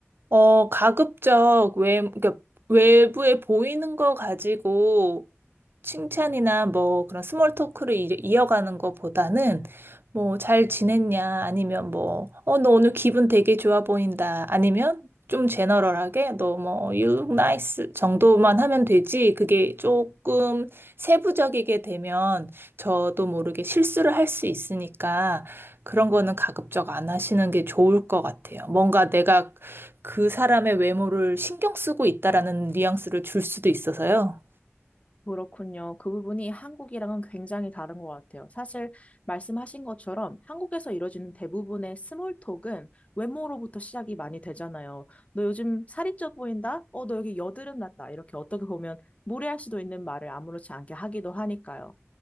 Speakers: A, on the right (about 50°); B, on the left (about 30°).
A: 어, 가급적 외, 그러니까 외부에 보이는 거 가지고 칭찬이나 뭐 그런 스몰 토크를 이- 이어가는 것보다는 뭐 잘 지냈냐 아니면 뭐 어, 너 오늘 기분 되게 좋아 보인다 아니면 좀 제너럴하게 너 뭐 you look nice 정도만 하면 되지 그게 조금 세부적이게 되면 저도 모르게 실수를 할 수 있으니까 그런 거는 가급적 안 하시는 게 좋을 것 같아요. 뭔가 내가 그 사람의 외모를 신경 쓰고 있다라는 뉘앙스를 줄 수도 있어서요.
B: 그렇군요. 그 부분이 한국이랑은 굉장히 다른 것 같아요. 사실 말씀하신 것처럼 한국에서 이루어지는 대부분의 스몰톡은 외모로부터 시작이 많이 되잖아요. 너 요즘 살이 쪄 보인다? 어, 너 여기 여드름 났다. 이렇게 어떻게 보면 무례할 수도 있는 말을 아무렇지 않게 하기도 하니까요.